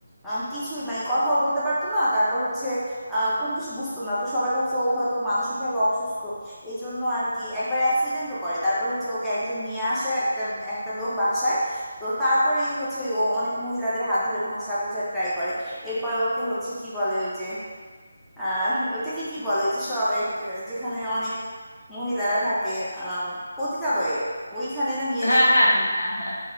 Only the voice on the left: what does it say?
হ্যাঁ
হ্যাঁ হ্যাঁ হ্যাঁ।